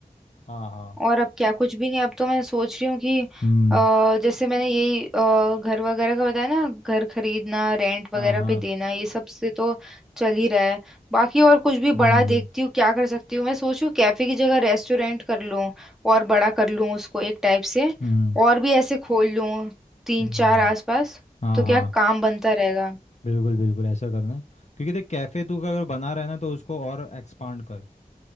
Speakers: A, on the left; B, in the centre.
A: हाँ हाँ
B: और अब क्या कुछ भी नहीं अब तो मैं सोच रही हूँ कि
A: हम्म
B: अ, जैसे मैंने यही अ, घर वगैरह का बताया ना घर खरीदना रेंट वगैरह
A: हाँ हाँ
B: पे देना ये सब से तो चल ही रहा है बाकी और कुछ भी
A: हम्म
B: बड़ा देखती हूँ क्या कर सकती हूँ मैं सोच रही हूँ कैफे की जगह रेस्टोरेंट कर लूँ और बड़ा कर लूँ उसको एक टाइप से
A: हम्म
B: और भी ऐसे खोल लूँ तीन
A: हम्म
B: चार आसपास
A: हाँ
B: तो क्या
A: हाँ
B: काम बनता रहेगा
A: बिल्कुल बिल्कुल ऐसा करना है क्योंकि देख कैफ़े तू अगर बना रहा है ना तो उसको और एक्सपांड कर